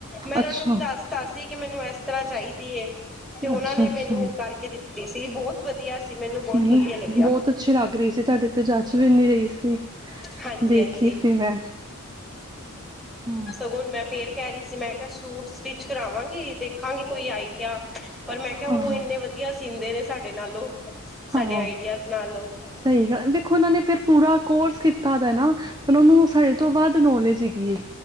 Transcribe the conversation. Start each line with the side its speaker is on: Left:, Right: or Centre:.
Centre: ਮੈਂ ਉਹਨਾਂ
Right: ਅੱਛਾ
Centre: ਨੂੰ ਦੱਸ- ਦੱਸ ਕਿ ਮੈਨੂੰ ਇਸ ਤਰ੍ਹਾਂ ਚਾਹੀਦੀ ਏ, ਤੇ ਉਹਨਾਂ
Right: ਅੱਛਾ
Centre: ਨੇ
Right: ਅੱਛਾ
Centre: ਮੈਨੂੰ ਕਰਕੇ ਦਿੱਤੀ <unintelligible> ਵਧੀਆ ਸੀ ਮੈਨੂੰ ਬਹੁਤ
Right: ਨਹੀਂ
Centre: ਵਧੀਆ ਲੱਗਿਆ
Right: ਬਹੁਤ ਅੱਛੀ ਲੱਗ ਰਹੀ ਸੀ, ਤੁਹਾਡੇ ਤੇ ਜਚ ਵੀ ਇੰਨੀ ਰਹੀ ਸੀ।
Centre: ਹਾਂਜੀ
Right: ਦੇਖੀ
Centre: ਹਾਂਜੀ
Right: ਸੀ ਮੈਂ ਹਾਂ
Centre: ਸਗੋਂਣ, ਮੈਂ ਫੇਰ ਕਹਿ ਰਹੀ ਸੀ ਮੈਂ ਕਿਹਾ ਸੂਟ ਸਟਿੱਚ ਕਰਾਵਾਂਗੀ, ਦੇਖਾਂਗੀ ਕੋਈ ਆਈਡੀਆ ਪਰ ਮੈਂ ਕਿਹਾ
Right: ਹਾਂ
Centre: ਉਹ ਇੰਨੇ ਵਧੀਆ ਸੀਂਦੇ ਨੇ ਸਾਡੇ ਨਾਲੋਂ ਸਾਡੇ
Right: ਹਾਂ
Centre: ਆਈਡੀਆਜ਼ ਨਾਲੋਂ
Right: ਸਹੀ ਗੱਲ ਦੇਖੋ ਉਹਨਾਂ ਨੇ ਫਿਰ ਪੂਰਾ ਕੋਰਸ ਕੀਤਾ ਦੈ ਨਾ ਉਹਨਾਂ ਨੂੰ ਸਾਡੇ ਤੋਂ ਵੱਧ ਨੌਲੇਜ ਹੇਗੀ ਏ।